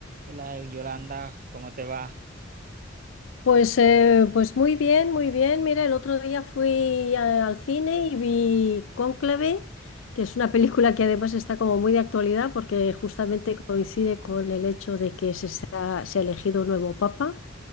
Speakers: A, on the right; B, on the left.
A: Hola Yolanda, ¿cómo te va?
B: Pues, eh, pues muy bien, muy bien. Mira, el otro día fui a- al cine y vi Cónclave, que es una película que además está como muy de actualidad porque justamente coincide con el hecho de que se, se ha, se ha elegido un nuevo papa